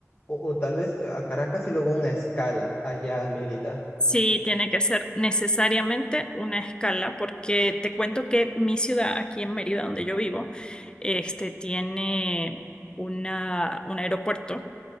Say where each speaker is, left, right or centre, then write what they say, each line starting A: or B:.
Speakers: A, on the left; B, on the left.
A: o, o tal vez eh, a Caracas y luego una escala allá a Mérida?
B: Sí, tiene que ser necesariamente una escala, porque te cuento que mi ciudad, aquí en Mérida, donde yo vivo, este tiene una, un aeropuerto,